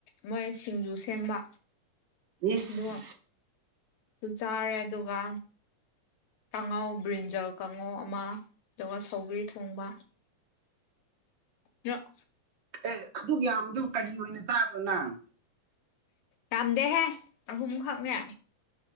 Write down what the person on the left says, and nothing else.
ꯃꯣꯏ ꯁꯤꯡꯖꯨ ꯁꯦꯝꯕ
ꯑꯗꯨꯒ ꯑꯗꯨꯨ ꯆꯥꯔꯦ ꯑꯗꯨꯒ ꯀꯥꯡꯉꯧ ꯕ꯭ꯔꯤꯟꯖꯜ ꯀꯥꯡꯉꯧ ꯑꯃ ꯑꯗꯨꯒ ꯁꯧꯒ꯭ꯔꯤ ꯊꯣꯡꯕ ꯌꯥ
ꯌꯥꯝꯗꯦꯍꯦ ꯑꯍꯨꯝꯈꯛꯅꯦ